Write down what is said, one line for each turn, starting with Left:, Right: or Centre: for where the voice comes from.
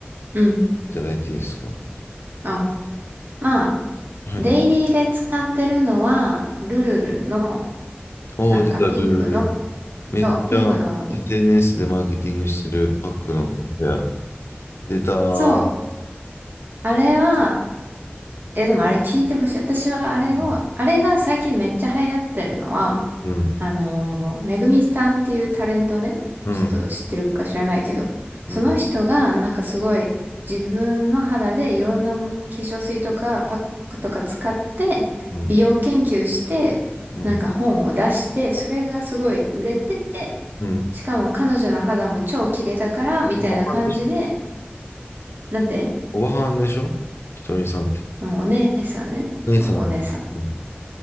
Right: うん。
Left: いただいていいですか
Right: あ、まあ、
Left: はい。
Right: デイリーで使ってるのは、ルルルの、
Left: おー、
Right: なんかピンクの、
Left: 出た、ルルル。めっちゃ
Right: そう、ピンクの、
Left: SNS でマーケティングしてるパックの方や。出たー。
Right: そうあれは、え、でもあれ聞いてほしい。私はあれを、
Left: うん、
Right: あれが最近めっちゃ流行ってるのは、
Left: うん、
Right: あのーめぐみさんっていうタレントね、
Left: うん、
Right: ちょっと知ってるか知らないけど、その人がなんかすごい自分の肌でいろんなも化粧水とかパックとか使って美容研究して、
Left: うん、うん、
Right: なんか本を出して、それがすごい売れてて、
Left: うん。
Right: しかも彼女の肌も超綺麗だから、みたいな感じで、
Left: おばはんでしょ
Right: なんて、
Left: おばはんでしょひとみさんって。
Right: うん、お姉さんね。
Left: 姉さんか。
Right: そう、お姉さ
Left: うん、